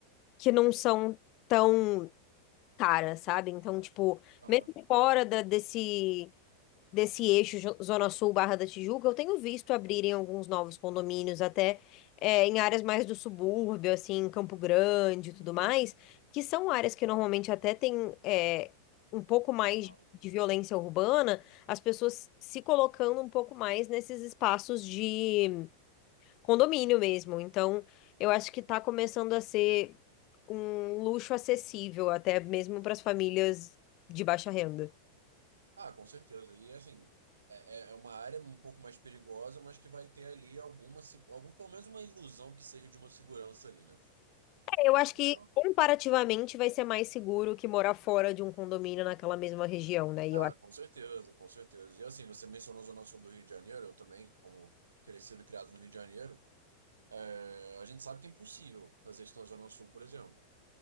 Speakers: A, on the left; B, on the right.
A: que não são tão caras, sabe? Então, tipo,
B: Aham,
A: mesmo fora da- desse desse eixo Jo- Zona Sul Barra da Tijuca, eu tenho visto abrirem alguns novos condomínios, até é, em áreas mais do subúrbio, assim, Campo Grande e tudo mais, que são áreas que normalmente até tem é, um pouco mais
B: aham.
A: de violência urbana, as pessoas se colocando um pouco mais nesses espaços de condomínio mesmo. Então, eu acho que está começando a ser um luxo acessível, até mesmo para as famílias de baixa renda.
B: Ah, com certeza. E assim, é, é é uma área um pouco mais perigosa, mas que vai ter ali alguma, se- algum, pelo menos uma ilusão que seja de uma segurança ali, né?
A: Eu acho que
B: Então,
A: comparativamente vai ser mais seguro que morar fora de um condomínio naquela mesma região, né? E
B: ah,
A: eu acho.
B: com certeza, com certeza. E assim, você mencionou a Zona Sul do Rio de Janeiro, eu também, como crescido e criado no Rio de Janeiro, é, a gente sabe que é impossível fazer isso na Zona Sul, por exemplo.